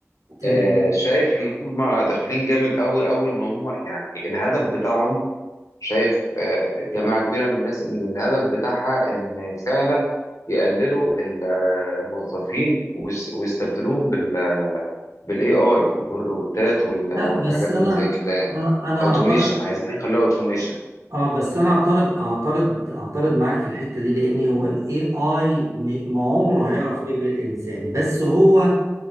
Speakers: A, on the right (about 80°); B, on the left (about 75°).
A: تمام
B: آه، شايف ان هم داخلين جامد قوي قوي ان هم يعني الهدف بتاعهم شايف آه، جماعة كبيرة من الناس ان الهدف بتاعها ان فعلا يقللوا ال- آه، الموظفين ويس- ويستبدلوهم بال بالاي اي والروبوتات وال-
A: لا
B: والحاجات
A: بس انا
B: اللي زي كده يعني
A: انا انا اعترض
B: اوتوميشن عايزين يخلوها اوتوميشن
A: اه بس انا اعترض اعترض اعترض معاك في الحته دي لان هو الاي اي ما عمره هيعرف يلغي الانسان بس هو